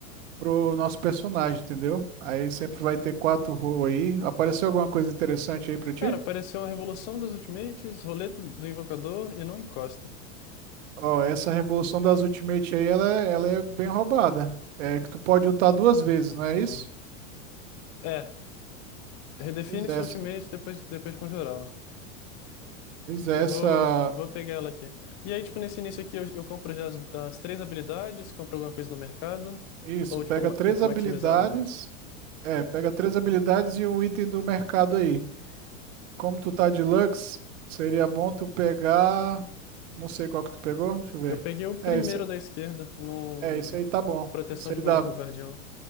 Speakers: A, on the right; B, on the left.
A: pro nosso personagem, entendeu? Aí sempre vai ter quatro roles aí. Apareceu alguma coisa interessante aí pra ti?
B: Cara, apareceu a Revolução dos Ultimates, Roleta do Invocador e não encosta.
A: Ó, essa revolução das Ultimate aí, ela, é- ela é bem roubada. É que tu pode ultar duas vezes, não é
B: Uhum.
A: isso?
B: É, redefine
A: Pois é,
B: sua
A: essa.
B: Ultimate depois, depois de conjurá-la.
A: Pois é,
B: Eu
A: essa.
B: vou, vou pegar ela aqui. E aí, tipo, nesse início aqui, eu, eu compro já as, as três habilidades, compro alguma coisa no mercado,
A: Isso,
B: ou,
A: pega
B: tipo, ma-
A: três
B: tento
A: habilidades.
B: maximizar uma.
A: É, pega três habilidades e um item do mercado aí. Como tu tá de Lux, seria bom tu pegar. Não sei qual que tu pegou, deixa eu ver.
B: Eu peguei o primeiro
A: É esse,
B: da esquerda, no
A: é, esse aí tá bom.
B: Proteção
A: Esse
B: de
A: aí
B: guar-
A: dá,
B: do Guardião.